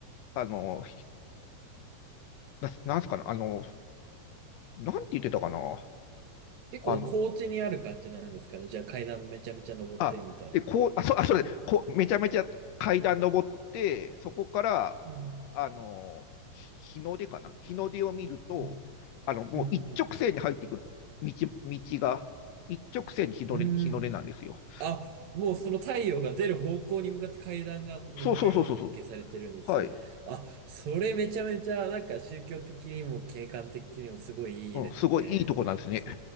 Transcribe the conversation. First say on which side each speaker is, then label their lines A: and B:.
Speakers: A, on the left; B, on the right.
A: あの、な、なんすかな、あの、なんて言ってたかな。
B: 結構高地にある感じなんですかね。
A: あの、
B: じゃあ階段めちゃめちゃ登ってみたいな。
A: あ、で、こう、あ、そあ、そうですこう、めちゃめちゃ階段登って、そこから、
B: うん、
A: あの、ひ日の出かな、日の出を見ると、
B: うん、
A: あの、もう一直線に入ってくるじゃん。
B: うん、
A: 道、道が。一直線に日の出、
B: うん。
A: 日の出なんですよ。
B: うんあ、もうその太陽が出る方向に向かって階段が登るように設計されてるんですね。
A: そうそうそうそうそう。はい。
B: あ、それめちゃめちゃなんか宗教的にも景観的にもすごいいいですね。
A: うん、すごいいいとこなんですね。
B: そ、